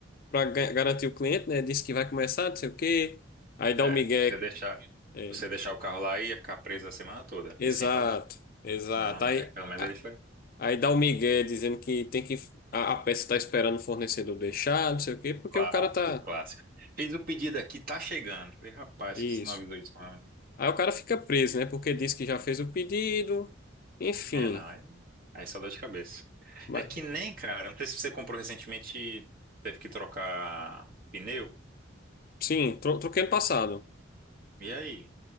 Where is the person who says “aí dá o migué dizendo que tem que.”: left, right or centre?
Left